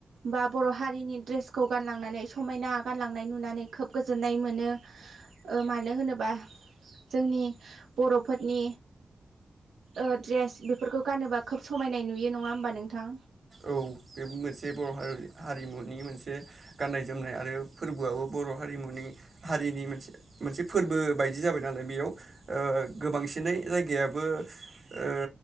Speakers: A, on the right (about 85°); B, on the right (about 40°).
A: बा बर' हारिनि दड्रेसखौ गानलांनानै समायना गानलांनाय नुनानै खोब गोजोननाय मोनो ओ मानो होनोबा जोंनि बर'फोरनि ओ ड्रेस बेफोरखौ गानोबा खोब समायनाय नुयो नङा होमबा नोंथां?
B: औ बे मोनसे बर' हारि हारिमुनि मोनसे गाननाय जोमनाय आरो फोरबोआबो बर' हारिमुनि हारिनि मोनसे मोनसे फोरबो बायदि जाबाय नालाय बेयाव गोबांसिनै जायगायाबो ओ